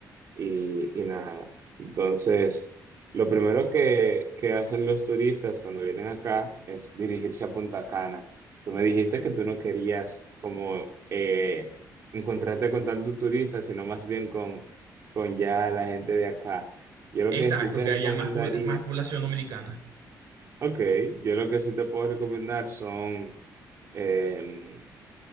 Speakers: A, on the right; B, on the right.
A: y, y nada. Entonces, lo primero que, que hacen los turistas cuando vienen acá es dirigirse a Punta Cana. Tú me dijiste que tú no querías como eh, encontrarte con tantos turistas, sino más bien con, con ya la gente de acá. Yo lo
B: Exacto,
A: que sí te
B: que
A: recomendaría
B: haya más, pobl- más población dominicana.
A: Ok, yo lo que sí te puedo recomendar son em,